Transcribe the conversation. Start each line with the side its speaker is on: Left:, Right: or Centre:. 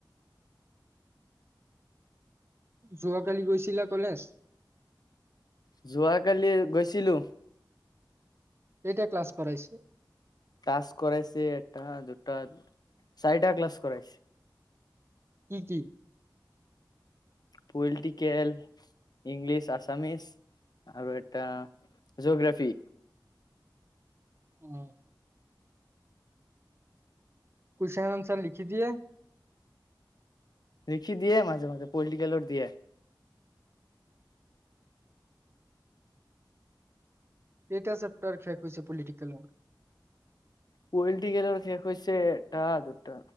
Right: যোৱাকালি গৈছিলা কলেজ
Left: যোৱাকালি গৈছিলো
Right: এইতিয়া ক্লাছ কৰাইছে
Left: ক্লাছ কৰাইছে এটা দুটা চাৰিটা ক্লাছ কৰাইছে
Right: কি কি
Left: পলিটিকেল ইংলিছ আছামিছ আৰু এটা জঅগ্ৰাফি
Right: উম কেশ্চন আচাৰ লিখি দিয়ে
Left: লিখি দিয়ে মাজে মাজে পলিটিকেলৰ দিয়ে
Right: এইটা চেপটাৰ খেক হৈছে পলিটিকেলৰ
Left: পলিটিকেলৰ শেষ হৈছে এটা, দুটা,